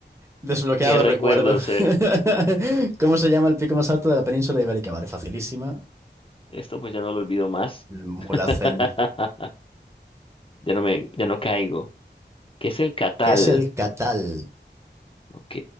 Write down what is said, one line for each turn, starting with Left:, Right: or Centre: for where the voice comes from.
Right: Desbloqueado
Left: Qué recuerdos,
Right: recuerdo.
Left: eh.
Right: <laughs> ¿Cómo se llama el pico más alto de la península ibérica? Vale, facilísima.
Left: Esto pues ya no lo olvido más.
Right: El
Left: <laughs>
Right: Mulhacén.
Left: Ya no me, ya no caigo. ¿Qué es el catal?
Right: ¿Qué es el Catal?
Left: Ok,